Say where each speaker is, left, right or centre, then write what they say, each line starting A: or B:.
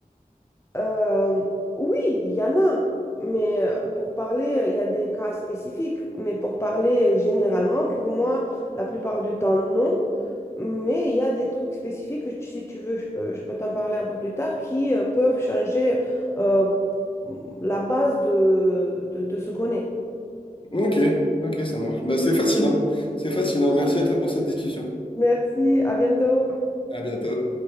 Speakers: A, on the left; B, on the left.
A: Euh, oui, il y en a, mais euh, pour parler, il y a des cas spécifiques, mais pour parler généralement, pour moi, la plupart du temps, non. Mais il y a des trucs spécifiques, que tu- si tu veux, je peux, je peux t'en parler un peu plus tard, qui euh, peuvent changer euh, la base de, de, de ce qu'on est.
B: Ok, ok, ça marche. Bah, c'est fascinant. C'est fascinant. Merci à toi pour cette discussion.
A: Merci, à bientôt.
B: À bientôt.